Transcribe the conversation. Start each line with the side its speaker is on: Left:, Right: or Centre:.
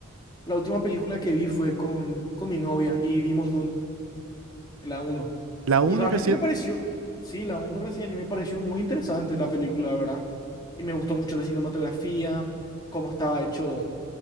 Left: La última película que vi fue con, con mi novia y vimos Dune, la uno.
Right: ¿La uno
Left: Y realmente
Right: recién?
Left: me pareció, sí, la uno recién, y me pareció muy interesante la película, la ¿verdad? Y me gustó mucho la cinematografía, cómo estaba hecho